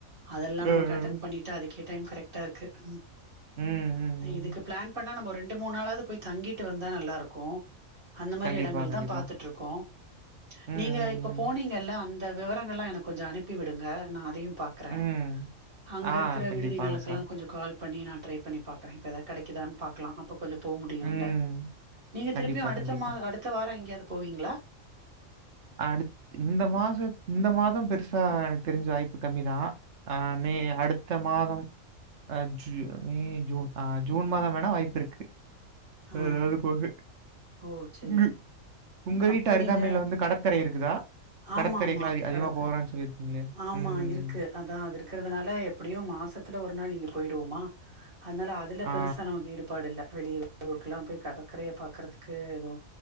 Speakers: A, on the right (about 40°); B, on the right (about 60°).
A: அதெல்லா
B: அ, அ.
A: நமக்கு அட்டன் பண்ணிட்டு அதுக்கே டைம் கரெக்டா இருக்கு ம்
B: ம். ம். ம்.
A: இதுக்கு பிளான் பண் ணா நம்ம ரெண்டு மூணு நாளாது போய் தங்கிட்டு வந்தா நல்லாருக்கு அந்த மாரி
B: கண்டிப்பா,
A: எடங்கள்தா
B: கண்டிப்பா.
A: பாத்துட்ருக்கோ
B: ம். ம்.
A: நீங்க இப்ப போனிங்கல்ல அந்த விவரங்கல்லா எனக்கு கொஞ்ச அனுப்பி விடுங்க நா அதையு பா க்கற
B: ம். ம்.
A: அங்க
B: ஆ.
A: இருக்கிற
B: கண்டிப்பா
A: விடுதிகளுக்கெல்லா
B: அனுப்புறேன்.
A: கொஞ்ச கால் பண்ணி நா ட்ரை பண்ணி பாக்கறே இப்ப எதா கெடைக்குதான் பாக்லா அப்போ கொஞ்ச போ முடியுல்ல
B: ம்.
A: நீங்க
B: கண்டிப்பா,
A: திருப்பியு அடுத்த
B: கண்டிப்பா.
A: மா அடுத்த வார எங்கயாவது போவிங்ளா
B: அடுத் இந்த மாச இந்த மாதம் பெருசா எனக்கு தெரிஞ்சு வாய்ப்பு கம்மிதா ஆ மே அடுத்த மாதம் அ ஜூ மே ஜூன் ஆ ஜூன் மாதம் வேணா வாய்ப்பிருக்கு
A: ஆ
B: எதாவது போக
A: ஓ செரி
B: இங்க உங்க
A: அப்போ
B: வீட்டு அருகாமையில
A: நீங்க
B: வந்து கடற்கரை இருக்குதா கடற்கரைக்கெலா
A: ஆமா ஆமா
B: அ அதிகமா
A: கடற்கரை
B: போறான் சொல்லிருக்கிங்ளே
A: ஆமா
B: ம்
A: இருக்கு அதா அது இருக்கிறதுனால எப்படியு மாசத்துல ஒரு நாள் இங்க போயிடுவோமா அதனால அதுல
B: ஆ
A: பெரு சா நமக்கு ஈடுபாடு இல்ல வெளிய வெளியூருக்கெல்லா போய் கடற்கரையை பாக்கறதுக்கு எது